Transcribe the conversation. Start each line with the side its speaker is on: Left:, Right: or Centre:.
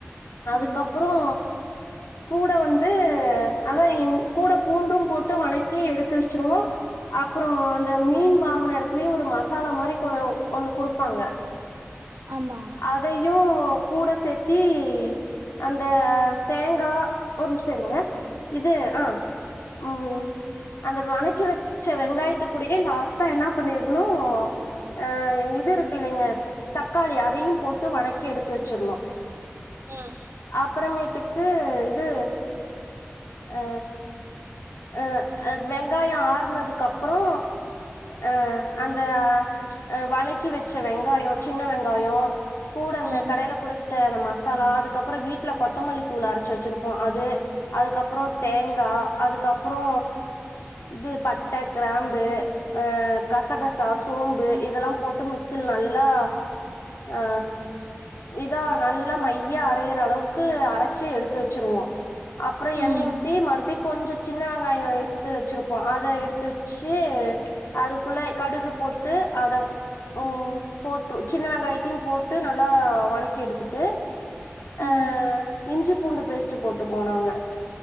Left: அதுக்கப்பறோ
Right: ம்
Left: கூட வந்து ஆனா எங் கூட பூண்டும் போட்டு வணக்கி எடுத்து வெச்சுருவோ அப்பறோ அந்த மீன் வாங்குன எடத்துலயே ஒரு மசாலா மாரி கு ஒண்ணு குடுப்பாங்க
Right: ஆமா
Left: அதையு கூட சேத்தி அந்த தேங்கா ஒரு நிம்ஷோ இருங்க இது ஆ ம் அந்த வணக்கி வெச்ச வெங்காயத்துக்குடயே லாஸ்ட்டா என்ன பண்ணிருணு அ இது இருக்குல்லைங்க தக்காளி அது அதையும் போட்டு வணக்கி எடுத்து வெச்சுருணு
Right: ம்
Left: அப்புறமேட்டுக் கு இது ஆ அ அ வெங்காயோ ஆறுனதுக்கப்புறோ அ அந்த அ வணக்கி வெச்ச வெங்காயோ சின்ன வெங்காயோ கூட அந்த
Right: ம்
Left: கடைல குடுத் டு அந்த மசாலா அதுக்கப்புறோ வீட்ல கொத்தமல்லித் தூள் அரச்சு வெச்சுருப்போ அது அதுக்கப்புறோ தேங்கா அதுக்கப்புறோ இது பட்ட கிராம்பு ஆ கசகசா சோம்பு இதல்லாம் போட்டு மிக்சில நல்லா ஆ இதா நல்லா மையா அரையிற அளவுக்கு அர ச்சு எடுத்து வெச்சுருவோ அப்புறோ எண்ணெய்
Right: ம்
Left: ஊத்தி மறுபுடியு கொஞ்சோ சின்ன வெங்காயோ எடுத் எடுத்து வெச்சுருப்போ அத எடுத்து வெச்சு அதுக்குள்ள கடுகு போட்டு அத ம் போட்று சின்ன வெங்காயத் த்தியு போட்டு நல்லா வணக்கி எடுத்துட்டு ஆ
Right: ம்
Left: இஞ்சி பூண்டு பேஸ்ட்ட போட்டு போனாங்க